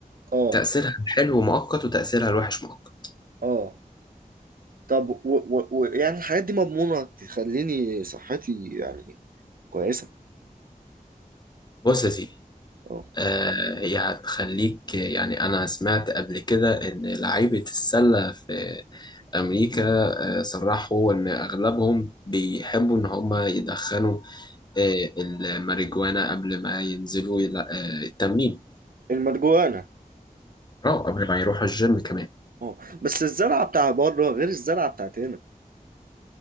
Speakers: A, on the right (about 75°); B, on the left (about 30°).
A: اه
B: تأثيرها الحلو مؤقت وتأثيرها الوحش مؤقت
A: اه طب و و و يعني الحاجات دي مضمونة تخليني صحتي يعني كويسة
B: بص يا سيدي
A: اه
B: آه هي هتخليك يعني أنا سمعت قبل كده إن لعيبة السلة في أمريكا آه، صرحوا إن أغلبهم بيحبوا إن هما يدخنوا آه، الماريجوانا قبل ما ينزلوا يلا- آه، التمرين
A: المرجوانة
B: أو قبل ما يروحوا الجيم كمان
A: اه بس الزرعة بتاع بره غير الزرعة بتاعت هنا